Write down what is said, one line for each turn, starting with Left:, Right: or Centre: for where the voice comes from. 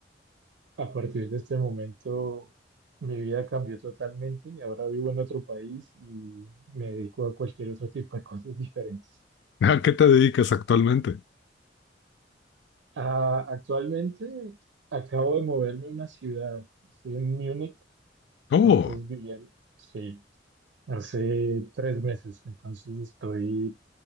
Right: a partir de este momento mi vida cambió totalmente y ahora vivo en otro país y me dedico a cualquier otro tipo de cosas diferentes.
Left: <laughs> ¿A qué te dedicas actualmente?
Right: Ah, actualmente acabo de moverme a una ciudad. Estoy en Múnich.
Left: Oh,
Right: Antes vivía en... Sí, hace tres meses. Entonces estoy